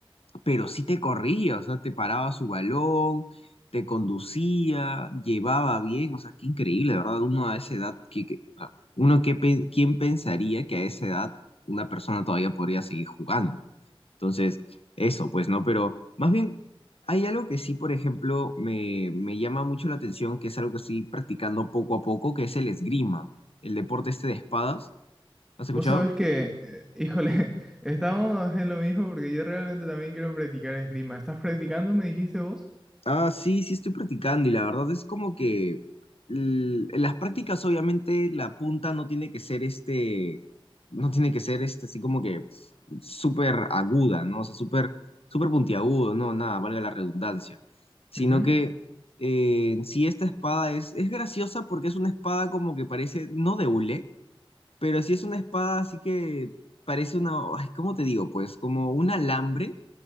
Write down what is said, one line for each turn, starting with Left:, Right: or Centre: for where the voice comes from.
Left: pero sí te corría, o sea, te paraba su balón, te conducía, llevaba bien, o sea, qué increíble, de ¿verdad? Uno a esa edad, que, que- o sea, uno que, pe- ¿quién pensaría que a esa edad una persona todavía podría seguir jugando? Entonces, eso, pues, ¿no? Pero más bien, hay algo que sí, por ejemplo, me, me llama mucho la atención, que es algo que estoy practicando poco a poco, que es el esgrima, el deporte este de espadas. ¿Has
Centre: Vos
Left: escuchado?
Centre: sabés que, eh, híjole, <laughs> estamos en lo mismo porque yo realmente también quiero practicar esgrima. ¿Estás practicando, me dijiste vos?
Left: Ah, sí, sí estoy practicando y la verdad es como que l- en las prácticas obviamente la punta no tiene que ser este, no tiene que ser este así como que pf, súper aguda, ¿no? O sea, súper, súper puntiagudo, no, nada, valga la redundancia. Sino
Centre: Ujú.
Left: que eh, en sí esta espada es, es graciosa porque es una espada como que parece, no de hule, pero sí es una espada así que parece una, ay, ¿cómo te digo? Pues como un alambre